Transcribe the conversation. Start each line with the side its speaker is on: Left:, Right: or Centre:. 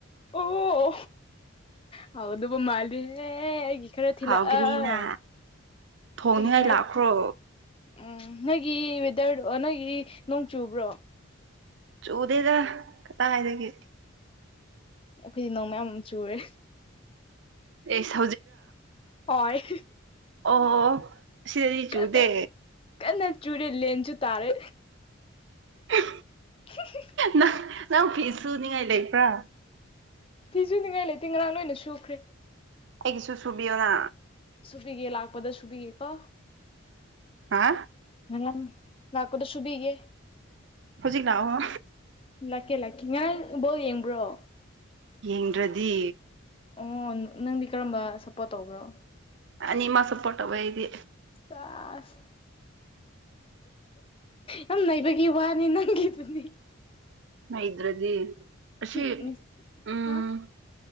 Left: ꯑꯣ ꯍꯥꯎꯗꯨꯕꯨ ꯃꯥꯜꯂꯦꯍꯦ ꯑꯩꯒꯤ ꯈꯔ ꯊꯤꯟꯂꯛꯑꫭ
Right: ꯍꯥꯎꯒꯅꯤꯅ ꯊꯣꯡꯅꯤꯉꯥꯏ
Left: ꯑꯩꯒꯤ ꯈꯔ
Right: ꯂꯥꯛꯈ꯭ꯔꯣ
Left: ꯎꯝ ꯅꯣꯢꯒꯤ ꯋꯦꯗꯔꯗꫭ ꯅꯣꯢꯒꯤ ꯅꯣꯡ ꯆꯨꯕ꯭ꯔꯣ
Right: ꯆꯨꯗꯦꯗ ꯀꯗꯥꯏꯗꯒꯤ
Left: ꯑꯩꯈꯣꯏꯗꯤ ꯅꯣꯡꯃ ꯌꯥꯝ ꯆꯨꯔꯦ
Right: ꯑꯦꯁ
Left: ꯍꯣꯏ
Right: ꯑꯣꯍꯣ ꯁꯤꯗꯗꯤ ꯆꯨꯗꯦ
Left: ꯀꯟꯅ ꯀꯟꯅ ꯆꯨꯨꯔꯦ ꯂꯦꯟꯁꯨ ꯇꯥꯔꯦ
Right: ꯎ
Left: ꯍꯍ
Right: ꯅꯪ ꯅꯪ ꯐꯤꯁꯨꯨꯅꯤꯡꯉꯥꯏ ꯂꯩꯕ꯭ꯔꯥ
Left: ꯐꯤꯖꯨꯅꯤꯡꯉꯥꯏ ꯂꯩꯇꯦ ꯉꯔꯥꯡ ꯂꯣꯏꯅ ꯁꯨꯈ꯭ꯔꯦ
Right: ꯑꯩꯒꯤꯁꯨ ꯁꯨꯕꯤꯌꯣꯅ
Left: ꯁꯨꯕꯤꯒꯦ ꯂꯥꯛꯄꯗ ꯁꯨꯕꯤꯒꯦꯀꯣ
Right: ꯍꯥ
Left: ꯉꯅꯝ ꯂꯥꯛꯄꯗ ꯁꯨꯕꯤꯒꯦ
Right: ꯍꯧꯖꯤꯛ ꯂꯥꯛꯑꯣ
Left: ꯂꯥꯛꯀꯦ ꯂꯥꯛꯀꯦ ꯉꯔꯥꯡ ꯕꫭꯜ ꯌꯦꯡꯕ꯭ꯔꯣ
Right: ꯌꯦꯡꯗ꯭ꯔꯗꯤ
Left: ꯑꯣ ꯅꯪꯗꯤ ꯀꯔꯝꯕ ꯁꯞꯄꯣꯔꯠ ꯇꯧꯕ꯭ꯔꯣ
Right: ꯑꯅꯤꯃꯛ ꯁꯄꯣꯔꯠ ꯇꯧꯋꯦ ꯑꯩꯗꯤ
Left: ꯁꯥꯥꯁ ꯌꯥꯝ ꯅꯩꯕꯒꯤ ꯋꯥꯅꯤ ꯅꯪꯒꯤꯗꯨꯗꯤ
Right: ꯅꯩꯗ꯭ꯔꯗꯤ ꯑꯁꯤ
Left: ꯊꯤ
Right: ꯎꯝ
Left: ꯍꯥ